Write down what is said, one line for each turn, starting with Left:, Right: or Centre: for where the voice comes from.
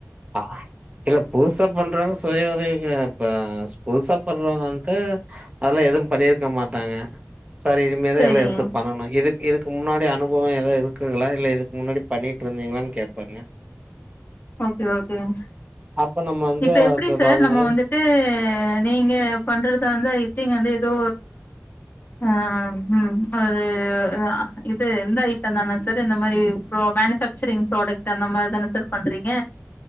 Right: ஆ இல்ல புதுசா பண்றவங்க சுய உதவிக்க ப புதுசா பண்றவன்கு அதெல்லா எது பண்ணிருக்க மாட்டாங்க சரி இனிமே தா
Left: செரிங்க
Right: எல்லா எடுத்து பண்ணணு இதுக் இதுக்கு முன்னாடி அனுபவோ எதா இருக்குங்ளா இல்ல இதுக்கு முன்னாடி பண்ணிட்டு இருந்தீங்ளான்னு கேப்பாங்க
Left: ஓகே ஓகேங் சார்
Right: அப்ப நம்ம வந்து
Left: இப்ப
Right: அதுக்கு
Left: எப்டி சார்
Right: தகுந்த
Left: நம்ம
Right: மாரி
Left: வந்து து நீங்க பண்றதுதாந்தா இத்திங் வந்து ஏதோ அம் ம் ஒரு இது ஆ இது இந்த ஐட்டோ தான செது இந்த மாரி ப்ரோ மேனுஃபக் சரிங் ப்ராடக்ட் அந்த மாரிதான சார் பண்றீங்க